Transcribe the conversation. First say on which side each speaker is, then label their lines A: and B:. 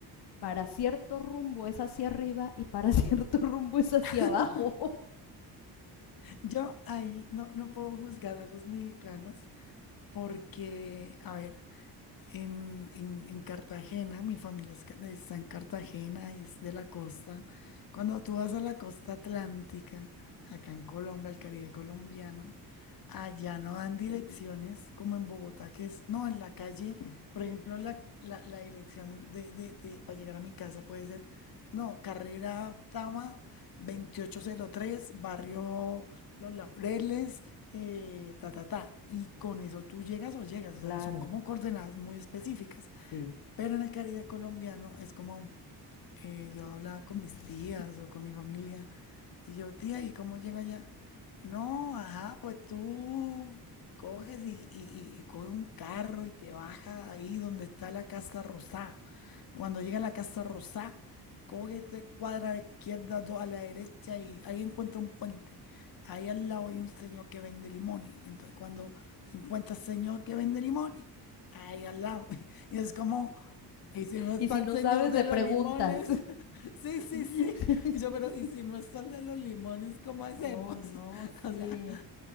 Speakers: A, on the left; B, on the left.
A: para cierto rumbo es hacia arriba y para <laughs> cierto rumbo es hacia
B: <laughs>
A: abajo.
B: Yo ahí no, no puedo juzgar a los mexicanos. Porque, a ver, en, en- en Cartagena, mi familia es ca- está en Cartagena, es de la costa. Cuando tú vas a la costa atlántica, acá en Colombia, al Caribe colombiano, allá no dan direcciones
A: <laughs> Qué lindo.
B: como en Bogotá, que es, no, en la calle, por ejemplo, la, la- la dirección de, de, de- para llegar a mi casa puede ser, no, carrera octava, 2803, barrio los laureles, eh, ta, ta, ta. Y con eso tú llegas o llegas, o
A: Claro,
B: sea, son como coordenadas muy específicas.
A: sí.
B: Pero en el Caribe colombiano es como, eh, yo hablaba con
A: <laughs>
B: mis tías o con mi familia, y yo, tía, ¿y cómo llego allá? No, ajá, pues tú coges y, y, y- coges un carro y te bajas ahí donde está la Casa Rosada. Cuando llega a la Casa Rosada, coge tres cuadras a la izquierda, dos a la derecha y ahí encuentra un puente. Ahí al lado hay un señor que vende limones. Entonces, cuando encuentra al señor que vende limones, ahí al lado. <laughs> Y es como, ¿y si no está
A: y si
B: el
A: no
B: señor
A: sabes,
B: de
A: le preguntas.
B: los limones? <laughs> Sí, sí, sí.
A: <laughs>
B: Y yo, pero ¿y si no está el de los limones, cómo hacemos?
A: oh, no,
B: <laughs>
A: sí.
B: O sea,